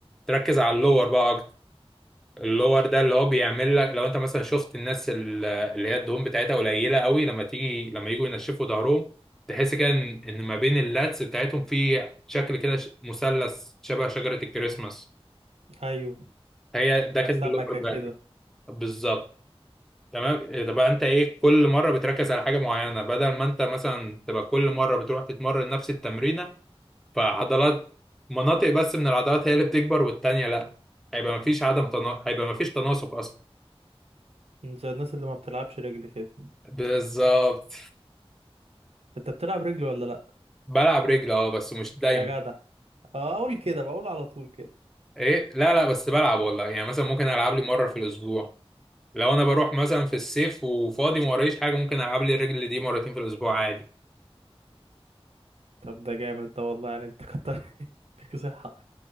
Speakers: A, in the centre; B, on the right.
A: تركز على اللور بقى اكتر اللور ده اللي هو بيعمل لك لو انت مثلا شفت الناس ال- اللي هي الدهون بتاعتها قليله قوي لما تيجي لما يجوا ينشفوا ظهرهم تحس كده ان إن ما بين اللاتس بتاعتهم في شكل كده ش- مثلث شبه شجره الكريسماس
B: ايوه
A: هي ده كده
B: سمكة
A: اللوكر باك
B: كده
A: بالظبط تمام ده بقى انت ايه كل مره بتركز على حاجه معينه بدل ما انت مثلا تبقى كل مره بتروح تتمرن نفس التمرينه فعضلات مناطق بس من العضلات هي اللي بتكبر والتانيه لا هيبقى مفيش عدم تنا... هيبقى مفيش تناسق اصلا
B: زي الناس اللي ما بتلعبش رجل كده
A: بالظبط
B: انت بتلعب رجل ولا لا
A: بلعب رجل اه بس مش دايما
B: يا جدع اه اقول كده بقول على طول كده
A: ايه لا لا بس بلعب والله يعني مثلا ممكن العب لي مره في الاسبوع لو انا بروح مثلا في الصيف وفاضي ما ورايش حاجه ممكن العب لي الرجل دي مرتين في الاسبوع عادي
B: طب ده جامد ده والله يعني انت كتر <laughs> فيك صحة